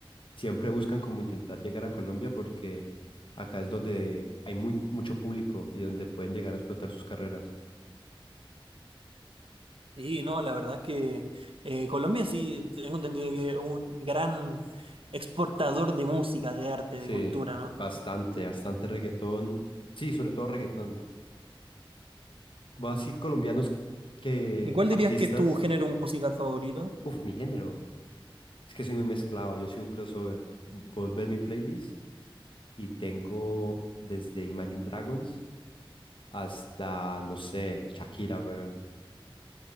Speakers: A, on the left; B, on the right.
A: siempre buscan como intentar llegar a Colombia porque acá es donde hay muy, mucho público y donde pueden llegar a explotar sus carreras.
B: Y no, la verdad es que eh, Colombia sí, tengo entendido que es un gran exportador de música, de arte,
A: Sí,
B: de cultura, ¿no?
A: bastante, bastante reggaetón. Sí, sobre todo reggaetón. Vos así colombianos que
B: ¿Y cuál
A: artistas.
B: dirías que es tu género musical favorito?
A: Uf, mi género. Es que soy muy mezclado, yo soy un crossover. Vos ves mi playlist y tengo desde Imagine Dragons hasta, no sé, Shakira, weón.